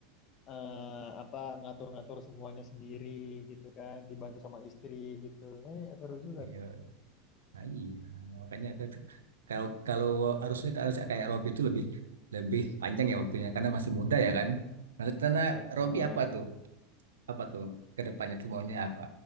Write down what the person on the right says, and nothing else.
Iya,
Nah, iya. Makanya ke- kalau kalau harusnya kalau kayak Robby itu lebih lebih panjang ya waktunya karena masih muda ya kan. Nah, rencana
Robby apa tuh? Apa tuh ke depannya tuh maunya apa?